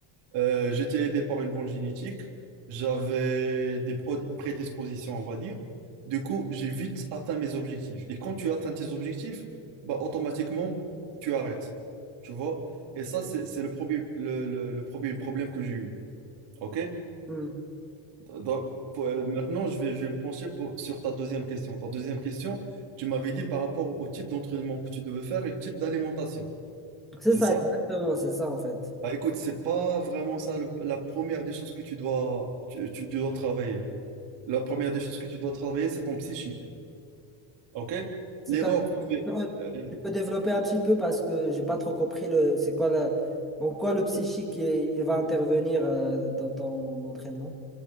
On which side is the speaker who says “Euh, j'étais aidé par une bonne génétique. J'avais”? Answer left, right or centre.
Right